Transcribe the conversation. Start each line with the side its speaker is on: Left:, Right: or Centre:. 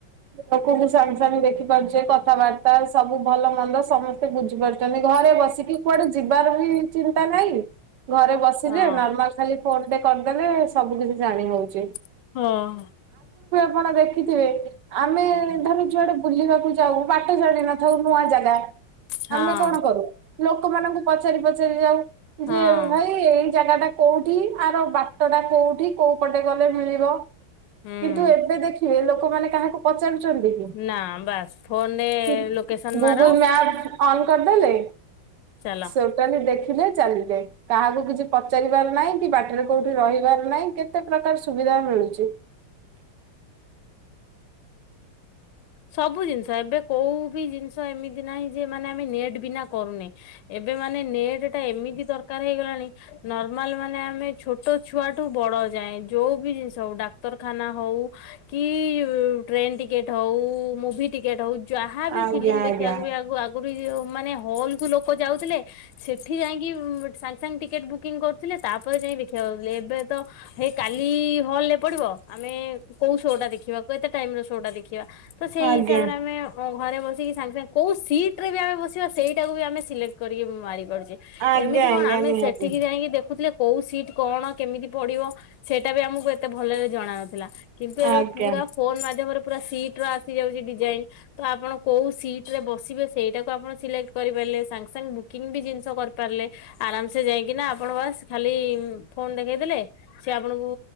Right: ଲୋକଙ୍କୁ ସାଙ୍ଗେ ସାଙ୍ଗେ ଦେଖି ପାରୁଛେ କଥାବାର୍ତ୍ତା ସବୁ ଭଲ ମନ୍ଦ ସମସ୍ତେ ବୁଝିପାରୁଛନ୍ତି ଘ ବସିକି କୁଆଡେ ଯିବାର ବି ଚିନ୍ତା ନାହିଁ ଘରେ ବସିଲେ
Left: ହଁ।
Right: ନର୍ମାଲ ଖାଲି ଫୋନ ଦେ କରିଦେଲେ ସବୁ କିଛି ଜାଣି ହଉଚି।
Left: ହଁ।
Right: ଆପଣ ଦେଖିଥିବେ ଆମେ ଧର ଯୁଆଡେ ବୁଲିବାକୁ ଜି ଯାଉ ବାଟ ଜାଣ ନଥାଉ ନୂଆ ଜାଗା
Left: ହଁ
Right: ଆମେ କଣ କରୁ ଲୋକମାନଙ୍କୁ ପଚାରି ପଚାରି ଯାଉ
Left: ହଁ
Right: ଯେ ଭାଇ ଏଇ ଜାଗା ଟା କୋଉଠି ଆର ବାଟ ଟା କୋଉଠି କୋଉ ପଟେ ଗଲେ ମିଳିବ
Left: ହୁଁ।
Right: କିନ୍ତୁ ଏବେ ଦେଖିବେ ଲୋକମାନେ କାହାକୁ ପଚାରୁ <unintelligible>
Left: ନା ବାସ୍ ଫୋନରେ
Right: ସେ
Left: ଲୋକେସନ
Right: ଗୁଗଲ
Left: ମାର
Right: ମ୍ୟାପ ଅନ୍ କରିଦେଲେ
Left: ଚାଲ।
Right: ସେଟୋଟା ଦେ ଥିଲେ ଚାଲିଲେ କାହାକୁ କିଛି ପଚାରିବାର ନାହିଁ କି ବାଟରେ କୋଉଠି ରହିବାର ନାହିଁ କେତେ ପ୍ରକାର ସୁବିଧା ଧା ମିଳୁଛି ହ
Left: ସବୁ ଜିନିଷ ଏବେ କୋଉ ବି ଜିନିଷ ଏମିତି ନାହିଁ ଯେ ମାନେ ଆମେ ନେଟ୍ ବିନା କରୁନେ ଏବେ ମନ ମାନେ ନେଟ୍ ଟା ଏମିତି ଦରକାର ହେଇଗଲାଣି ନି ନର୍ମାଲ ମାନେ ଆମେ ଛୋଟ ଛୁଆଠୁ ବଡ ଯାଏ ଯୋଉ ବି ଜିନିଷ ହଉ ଡାକ୍ତରଖାନା ହ ହଉ କି ଉ ଟ୍ରେନ୍ ଟିକେଟ ହଉ ମୁଭି ଟିକେଟ ହଉ ଯାହାବି
Right: ଆଜ୍ଞା
Left: ଫିଲ୍ମ ଦେଖିବାକୁ
Right: ଆଜ୍ଞା
Left: ବି ଆଗ ଆଗରୁ ଯଉ ମାନେ ହଲ କୁ ଲୋକ ଯାଉଥିଲେ ସେଠି ଯାଇକି ସାଙ୍ଗେ ସାଙ୍ଗେ ଟିକେଟ ବୁକିଂ କରୁଥିଲେ ତାପରେ ଯା ଦେଖିବାକୁଥିଲେ ଏବେ ତ ହେଇ କାଲି ହଲ ରେ ପଡିବ ଆମେ କୋଉ ସୋ ଟା ଦେଖିବା କ ଟାଇମ ରେ ସୋ ଟା ଦେଖିବା ସେଇ
Right: ଆଜ୍ଞା
Left: ହିସାବରେ ଆମେ ଘରେ ବସି ସାଙ୍ଗେ ସାଙ୍ଗେ କୋଉ ସିଟ ରେ ବି ଆମେ ବସିବା ସେଇଟାକୁ ବି ଆମେ ସିଲେକ୍ଟ କରିକି ମାରି ପାରୁଚେ
Right: ଆଜ୍ଞା
Left: ଏମିତି
Right: ଆଜ୍ଞା
Left: କଣ ଆମେ
Right: ନିହାତି
Left: ସେଠିକି ଯାଇକି ଦେଖୁଥିଲେ କୋଉ ସିଟ କଣ କେମିତି ପଡିବ ସେଇଟା ବି ଆମକୁ ଏତେ ଭଲରେ ଜଣା ନଥିଲା। କିନ୍ତୁ ଏବେ
Right: ଆଜ୍ଞା
Left: ପୁରା ଫୋନ ମାଧ୍ୟମରେ ପୁରା ସିଟ ର ଆସି ଯାଉଛି ଡିଜାଇନ ତ ଆପଣ କୋଉ ସିଟ୍ ରେ ବସିବେ ସେଇଡାକୁ ଙ୍କୁ ଆପଣ ସିଲେକ୍ଟ କରିପାରିଲେ ସାଙ୍ଗ ସାଙ୍ଗ ବୁକିଙ୍ଗବି ଜିନ୍ସ କରିପାରିଲେ ଆରାମ୍ ସେ ଯାଇକିନା ଆପଣ ବାସ୍ ଖାଲି ବି ଫୋନ ଦେଖେଇ ଦେଲେ ସେ ଆପଣଙ୍କୁ